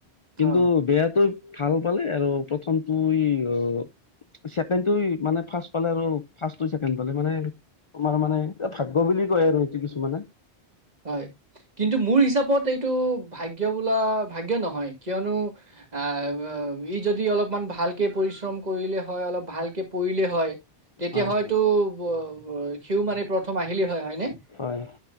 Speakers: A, on the left; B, on the right.
A: কিন্তু
B: অ
A: বেয়াটো ভাল পালে আৰু প্ৰথমটো ই অ চেকেন্ড টোই মানে ফাষ্ট পালে আৰু ফাষ্ট টো চেকেন্ড পালে মানে তোমাৰ মানে এ ভাগ্য বুলি কয় আৰু এইটো কিছুমানে
B: হয় কিন্তু মোৰ হিচাপত এইটো ভাগ্য বোলা ভাগ্য নহয় কিয়নো আহ ই যদি অলপমান ভালকে পৰিশ্ৰম কৰিলে হয় অলপ ভালকে পঢ়িলে হয় তেতিয়া
A: হয়
B: হয়তো
A: হয়
B: ৱ ৱ সিউ মানে প্ৰথম আহিলেই হয় হয়নে!
A: হয়।